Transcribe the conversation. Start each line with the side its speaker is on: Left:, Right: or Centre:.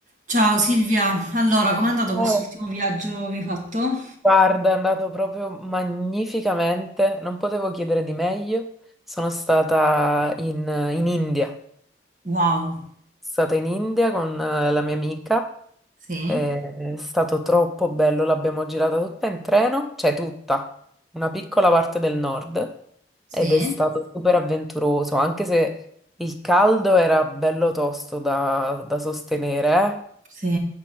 Right: Ciao Silvia, allora com'è andato
Centre: Oh,
Right: quest'ultimo viaggio che hai fatto?
Centre: Guarda, è andato proprio magnificamente, non potevo chiedere di meglio. Sono stata in, in India, sono
Right: Wow,
Centre: stata in India con eh, la mia amica,
Right: sì,
Centre: Eh, è stato troppo bello, l'abbiamo girata tutta in treno, cioè tutta, una piccola parte del nord,
Right: sì,
Centre: ed è stato super avventuroso, anche se il caldo era bello tosto da, da sostenere, eh.
Right: sì,